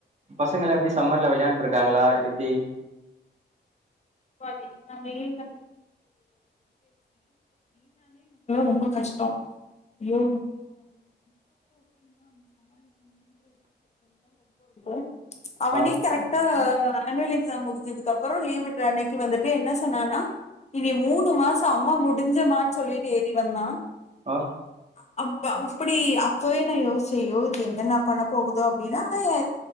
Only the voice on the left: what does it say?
<unintelligible> எனக்குல்லாம் ரொம்ப கஷ்டோ அய்யோ <unintelligible> அவனே
கரெக்டா ஆனுவல் எக்ஸாம் முடிஞ்சதுக்கு அப்புறோ லீவ் விட் து அன்னைக்கு வந்துட்டு என்ன சொன்னனா இனி மூணு மாசோ அம்மா முடிஞ்சமான்னு சொல்லிட்டு ஏறி வந்தா
அ அப்ப அப்புடி அப்பவே நா யோஸ்சே அய்யோ இது என்னன்ன பண்ண போகுதோ அப்டின்னா ஆனா ஏ